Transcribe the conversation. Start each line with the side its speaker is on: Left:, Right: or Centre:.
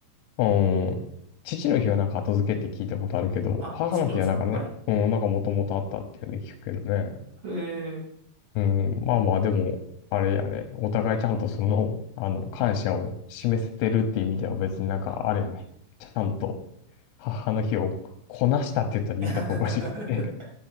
Left: うん。父の日はなんか後付けって聞いたことあるけど、
Right: あ、
Left: 母の日はなんかね、
Right: そうなんですか。はい。
Left: うん、なんかもともとあったっていうので聞くけどね。
Right: えー。
Left: うん、まあまあ、でも、あれやね。お互いちゃんとその、あの、感謝を示せてるっていう意味では別になんか、あれやね。ちゃんと、母の日をこなしたって言ったら言い方おかしいかもしれんけど。
Right: <laughs>